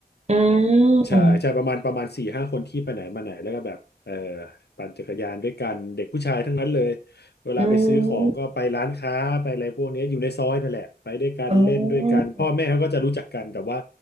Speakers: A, on the right; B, on the left.
A: อื
B: ใช่ใช่ประมาณประมาณสี่ห้าคนที่ไปไหนมาไหนแล้วก็แบบเออ
A: ม
B: ปั่นจักรยานด้วยกันเด็กผู้ชายทั้งนั้นเลยเวลาไปซื้อของก็ไปร้านค้าไปอะไรพวกเนี้ยอยู่ในซอยนั่นแหละไปด้วยกันเล่นด้วยกันพ่อแม่เขาก็จะรู้จักกันแต่ว่า
A: อืมอ๋อ